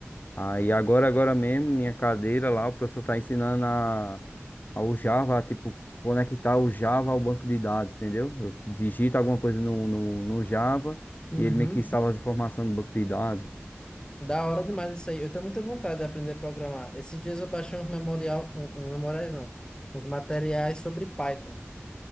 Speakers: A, on the left; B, on the left.
A: Aí agora, agora mesmo, minha cadeira lá, o professor tá ensinando a, ao Java, a, tipo, conectar o Java ao banco de dados, entendeu? Eu digito alguma coisa no, no, no Java
B: Uhum.
A: e ele meio que salva as informações no banco de dados.
B: Da hora demais isso aí. Eu tenho muita vontade de aprender a programar. Esses dias eu baixei uns memorial, um, um memoriais não, uns materiais sobre Python.